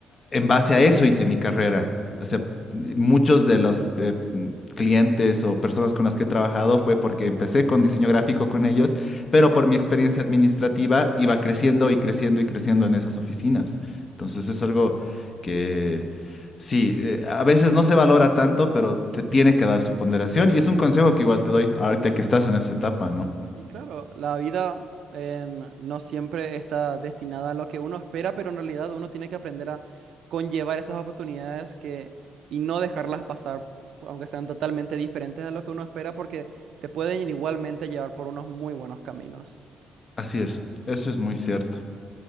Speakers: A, on the left; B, on the right.
A: en base a eso hice mi carrera. O sea, muchos de los eh, m, clientes o personas con las que he trabajado fue porque empecé con diseño gráfico con ellos, pero por mi experiencia administrativa iba creciendo y creciendo y creciendo en esas oficinas. Entonces es algo que sí, eh, a veces no se valora tanto, pero te tiene que dar su ponderación y es un consejo que igual te doy ahorita que estás en esa etapa, ¿no?
B: Y claro, la vida en- no siempre está destinada a lo que uno espera, pero en realidad uno tiene que aprender a conllevar esas oportunidades que, y no dejarlas pasar, aunque sean totalmente diferentes a lo que uno espera, porque te pueden igualmente llevar por unos muy buenos caminos.
A: Así es, eso es muy cierto.